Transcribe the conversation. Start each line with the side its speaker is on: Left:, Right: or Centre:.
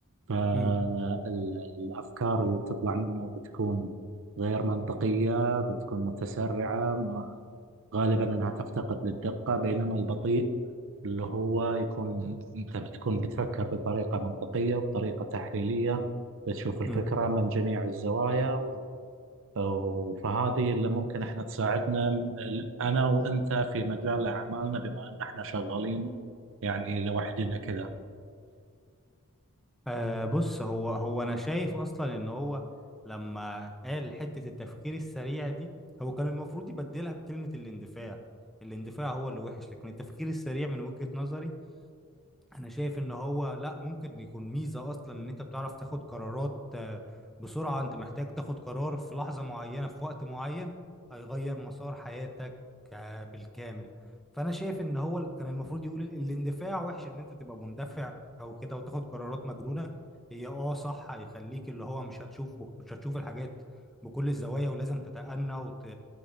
Right: فالأفكار
Centre: مم،
Right: اللي بتطلع منه بتكون غير منطقية بتكون متسرعة ما- غالبا أنها تفتقد للدقة بينما البطيء اللي هو يكون أنت بتكون بتفكر بطريقة منطقية وبطريقة تحليلية بتشوف الفكرة
Centre: مم.
Right: من جميع الزوايا و- و- فهذه اللي ممكن احنا تساعدنا م- ال- أنا وأنت في مجال أعمالنا بما أن احنا شغالين يعني لوحدنا كذا
Centre: آه بص هو هو انا شايف اصلا ان هو لما قال حتة التفكير السريع دي هو كان المفروض يبدلها بكلمة الاندفاع الاندفاع هو اللي وحش لكن التفكير السريع من وجهة نظري انا شايف ان هو لا ممكن يكون ميزة اصلا ان انت بتعرف تاخد قرارات آه، بسرعة انت محتاج تاخد قرار في لحظة معينة في وقت معين هيغير مسار حياتك آه، بالكامل فانا شايف ان هو ال- كان المفروض يقول ال- الاندفاع وحش ان انت تبقى مندفع او كده وتاخد قرارات مجنونة هي اه صح هيخليك اللي هو مش هتشوف بك- مش هتشوف الحاجات بكل الزوايا ولازم تتأنى وت...